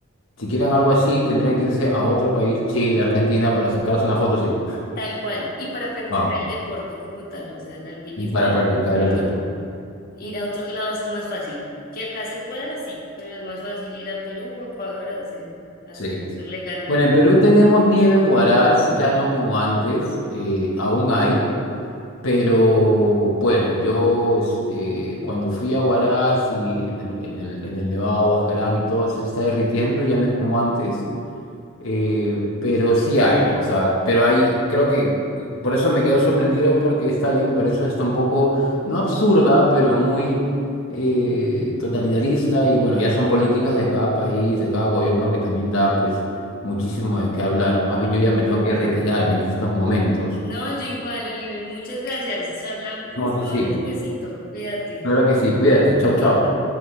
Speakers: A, on the left; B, on the left.
A: Si quieren algo así, tendrían que irse a otro país, Chile, Argentina, para sacarse una foto, sí.
B: Tal cual. Y para practicar
A: Wow.
B: el deporte como tal, o sea, el alpinismo
A: Y para
B: nos
A: practicar
B: toca
A: el deporte.
B: Ir a otros lados es más fácil. Que acá se pueda, sí, pero es más fácil ir a Perú o Ecuador a hacer, a
A: Sí.
B: hacer eso legalmente.
A: Bueno, en Perú tenemos nieve en Huaraz, ya no como antes, eh, aún hay. Pero bueno, yo este, cuando fui a Huaraz y en el, en el, en el Nevado de Huascarán y todo, se está derritiendo, ya no es como antes, eh, pero sí hay, ¿no? O sea, pero hay, creo que por eso me quedo sorprendido porque esta ley me parece hasta un poco, no absurda, pero muy eh, totalitarista y bueno, ya son políticas
B: Eh,
A: de cada país, de cada gobierno que también da pues muchísimo de qué hablar. Más bien yo ya me tengo que retirar en estos momentos.
B: No, yo igual, Oliver, muchas gracias. Charlamos de
A: No,
B: esto
A: sí, sí.
B: despuesito. Cuídate.
A: Claro que sí, cuídate, chau,
B: Chao,
A: chau.
B: chao.